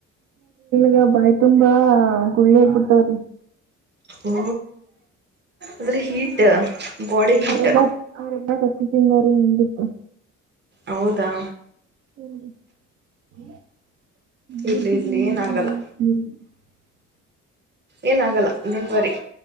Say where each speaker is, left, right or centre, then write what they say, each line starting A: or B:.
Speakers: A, on the right; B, on the right.
A: ಗ ಬಾಯಿ ತುಂಬಾ ಗುಳ್ಳೇಗ್ಬಿಟ್ಟವ್ರಿ
B: ಓ ಅಂದ್ರೆ ಹೀಟ್ ಬಾಡಿ ಹೀಟ್
A: ಅವರೆಲ್ಲ ಅವರೆಲ್ಲ ಕಟ್ಟಿ ತಿಂದಾರ ನಿನ್ ಬಿಟ್ಟು
B: ಹೌದಾ
A: ಹ
B: ಇರ್ಲಿ ಇರ್ಲಿ ಏನಾಗಲ್ಲ ಏನಾಗಲ್ಲ ಡೋಂಟ್ ವರಿ